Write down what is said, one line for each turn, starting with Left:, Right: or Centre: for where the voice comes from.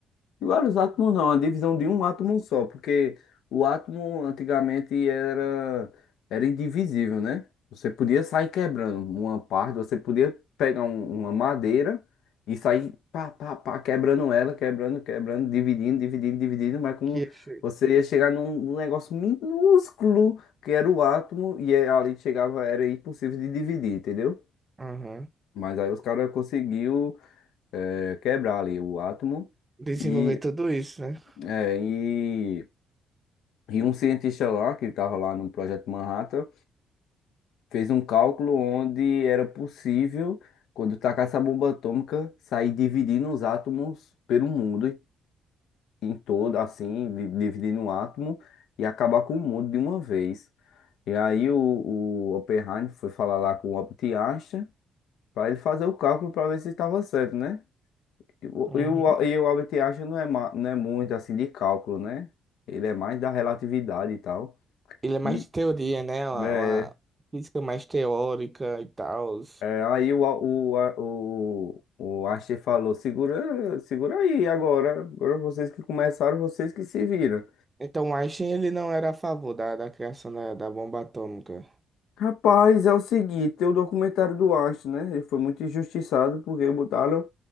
Left: E vários átomos não, a divisão de um átomo só, porque o átomo antigamente era, era indivisível, né? Você podia sair quebrando uma parte, você podia pegar um- uma madeira e sair pá, pá, pá, quebrando ela, quebrando, quebrando, dividindo, dividindo, dividindo, mas como
Right: que achei.
Left: você ia chegar num, num negócio minúsculo que era o átomo e é- ali chegava, era impossível de dividir, entendeu?
Right: Aham.
Left: Mas aí os caras conseguiu eh, quebrar ali o átomo.
Right: Desenvolver
Left: E
Right: tudo isso, né?
Left: é, e, e um cientista lá, que estava lá no Projeto Manhattan, fez um cálculo onde era possível, quando tacasse a bomba atômica, sair dividindo os átomos pelo mundo em todo, assim, di- dividindo um átomo e acabar com o mundo de uma vez. E aí o, o Oppenheimer foi falar lá com o Albert Einstein para ele fazer o cálculo para ver se estava certo, né? E o,
Right: Uhum.
Left: e o, e o Albert Einstein não é, ma- não é muito assim de cálculo, né? Ele é mais da relatividade e tal.
Right: Ele é mais
Left: E,
Right: de teoria, né? Uma,
Left: É,
Right: uma física mais teórica e tal.
Left: é, aí o, o, a- o, o Archie falou, segura, segura aí agora. Agora vocês que começaram, vocês que se viram.
Right: Então, Einstein ele não era a favor da, da criação da, da bomba atômica.
Left: Rapaz, é o seguinte, tem o documentário do Archie, né? Ele foi muito injustiçado porque botaram